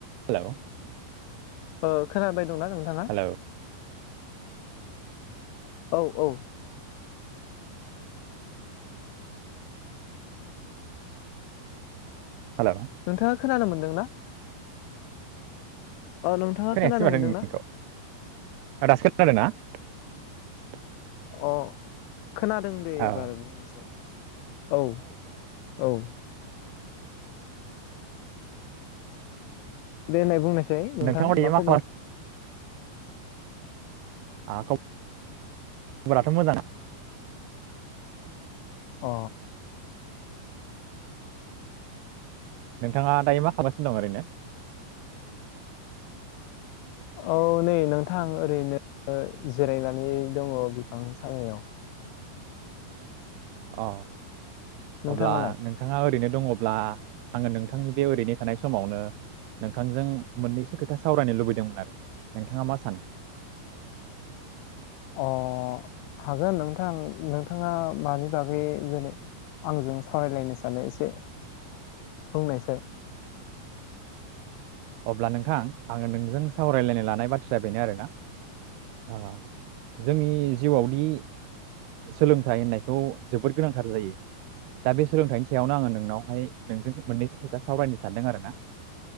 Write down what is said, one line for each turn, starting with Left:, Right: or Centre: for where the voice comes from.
Right: <unintelligible>
Left: ओ खोनाबा दंना नोंथाङा
Right: हेल'
Left: औ औ
Right: हेल'
Left: नोंथाङा खोनानो मोनदों ना? औ नोंथाङा
Right: खोनायाखिसै
Left: खोनानो
Right: माथो
Left: मोनदोंना?
Right: नोंनिखौ <unintelligible>
Left: अ खोनादों दे
Right: औ
Left: एबार बुंनोसाय औ औ देनाय बुंनाय साय नोंथां
Right: नोंथाङा दायो
Left: मा खबर?
Right: खालाम खब राथ' मोजां
Left: अ
Right: नोंथाङा दायो मा खालामगासिनो दं ओरैनो?
Left: औ नै नोंथां ओरैनो जिरायनानै दङ बिफां सायायाव।
Right: अ
Left: नोंथाङालाय
Right: अब्ला नोंथाङा ओरैनो दङब्ला आङो नोंथांनि बे ओरैनो थानाय समावनो नोंथांजों मोननैसो खोथा सावरायनो लुबैदोंमोन आरो नोंथाङा मा सानो?
Left: अ हागोन नोंथां नोंथाङा मानि बागै जेने आंजों सावरायलायनो सानो एसे बुंनायसाय?
Right: अब्ला नोंथां आङो नोंजों सावरायलायनो लानाय बाथ्राया बेनो आरोना ओ जोंनि जिउआवदि सोलोंथाइ होननायखौ जोबोद गोनांथार जायो दा बे सोलोंथाइनि सायावनो आङो नोंनावहाय नोंजों मोननैसो खोथा सावरायनो सानदों आरोना।